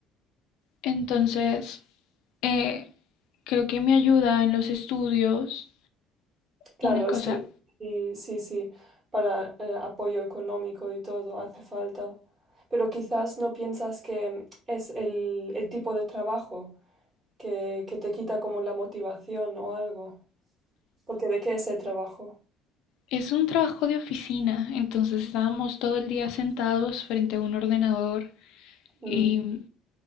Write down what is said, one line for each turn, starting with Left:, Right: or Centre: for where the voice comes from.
Left: Entonces, eh, creo que me ayuda en los estudios.
Right: Claro,
Left: Una cosa,
Right: es que sí, sí, sí, para eh, apoyo económico y todo hace falta. Pero quizás no piensas que es el, el tipo de trabajo que, que te quita como la motivación o algo. Porque ¿de qué es el trabajo?
Left: es un trabajo de oficina, entonces estábamos todo el día sentados frente a un ordenador
Right: Mm,
Left: y,